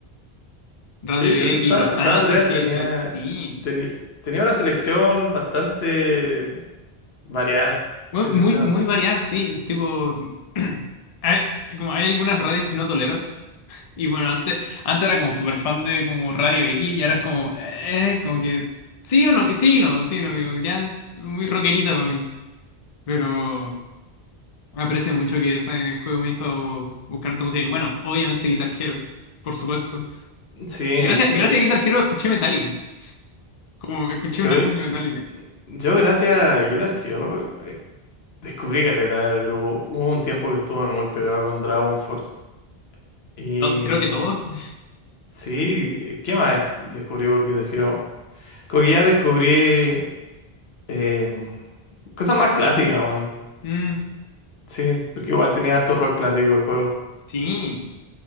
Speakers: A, on the left; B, on the left.
A: Radio
B: Sí, que el
A: X,
B: San,
A: Los Santos,
B: el San Andreas
A: que
B: tenía,
A: todo- sí.
B: teni- tenía una selección bastante variada,
A: Bueno,
B: si es
A: muy,
B: el tema.
A: muy variada, sí. Tipo, <clears throat> hay, como hay algunas radios que no tolero. Y bueno, antes, antes era como súper fan de como Radio X y ahora es como, eh, como que sí o no, sí y no, sí y no, como ya muy rockerita para mí. Pero Aprecio mucho que ese juego me hizo buscar esta música. Y Bueno, obviamente Guitar Hero, por supuesto.
B: Sí, eh,
A: Gracias, gracias
B: eh,
A: a Guitar Hero escuché Metallica. Como escuché
B: yo,
A: un álbum
B: eh,
A: de Metallica.
B: yo gracias a Guitar Hero eh, descubrí caleta del grupo. Hubo un tiempo que estuve muy pegado con Dragon Force. Y
A: To- Creo que
B: mm,
A: todos. <laughs>
B: sí, ¿qué más descubrí por Guitar Hero? Como que ya descubrí eh, mm, cosas más clásicas, weón.
A: Mm,
B: Sí, porque igual tenía harto rock clásico el juego.
A: sí.